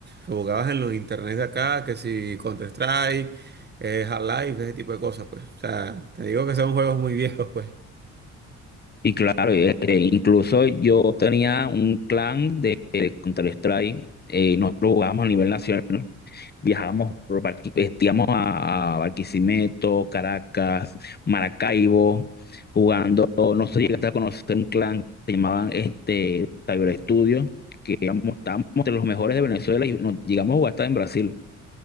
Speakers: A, on the right (about 35°); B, on the left (about 35°).
A: jugabas en los internet de acá, que si Counter-Strike, eh, Half-Life, ese tipo de cosas, pues. O sea, te digo que son juegos muy viejos, pues.
B: Y claro, eh, eh, incluso yo tenía un clan de, de Counter-Strike, eh, nosotros jugábamos a nivel nacional, viajábamos por Barqui- este, íbamos a, a Barquisimeto, Caracas, Maracaibo, jugando, no sé si llegaste a conocer un clan que se llamaban este, Cyber Studios, que éramos, estábamos entre los mejores de Venezuela y nos llegamos a jugar hasta en Brasil.